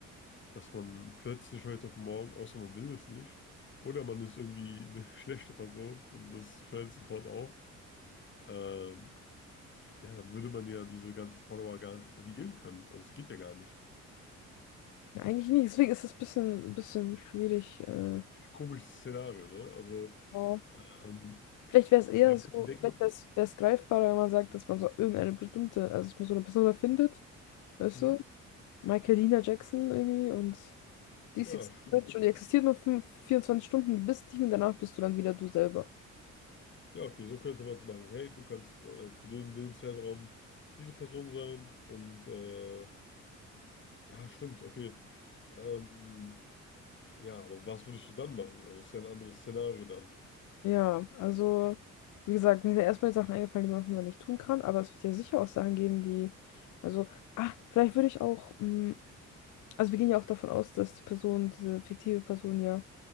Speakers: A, on the left (about 40°); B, on the left (about 80°).
A: dass man plötzlich heute auf morgen, außer man will es nicht, oder man ist irgendwie eine <laughs> schlechte Person und das fällt sofort auf. Ähm, ja, dann würde man ja diese ganzen Follower gar nicht verlieren können. Also, es geht ja gar nicht.
B: Ja, Eigentlich nicht, deswegen ist es ein bisschen, bisschen schwierig. Äh,
A: Komisches Szenario, ne? Also,
B: ja.
A: ähm,
B: Vielleicht wäre es eher
A: Ja, hab
B: so,
A: ich schon gedenkt.
B: vielleicht wäre es greifbarer, wenn man sagt, dass man so irgendeine bestimmte, also dass man so eine Person findet, weißt
A: Mhm.
B: du? Michael Lina Jackson irgendwie und die
A: Ja,
B: ist existiert
A: stimmt.
B: schon, die existiert nur 5, 24 Stunden, du bist die und danach bist du dann wieder du selber.
A: Ja, okay, so könnte man es machen. Hey, du kannst äh, für den, den Zeitraum diese Person sein und äh, ja, stimmt, okay. Ähm, ja, aber was würdest du dann machen? Also, es ist ja ein anderes Szenario dann.
B: Ja, also, wie gesagt, mir sind erstmal Sachen eingefallen, die man auf jeden Fall nicht tun kann, aber es wird ja sicher auch Sachen geben, die, also, ah, vielleicht würde ich auch, mm, also wir gehen ja auch davon aus, dass die Person, diese fiktive Person ja